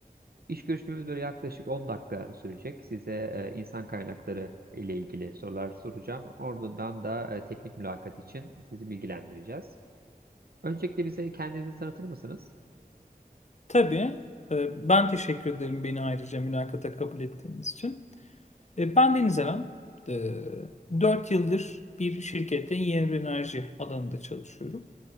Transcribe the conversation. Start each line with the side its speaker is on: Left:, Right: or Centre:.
Right: İş görüşmemiz böyle yaklaşık 10 dakika sürecek. Size e, insan kaynakları ile ilgili sorular soracağım. Ardından da e, teknik mülakat için sizi bilgilendireceğiz. Öncelikle bize kendinizi tanıtır mısınız?
Left: Tabii. E, ben teşekkür ederim beni ayrıca mülakata kabul ettiğiniz için. E, ben Deniz Eren. E, 4 yıldır bir şirkette yeni enerji alanında çalışıyorum.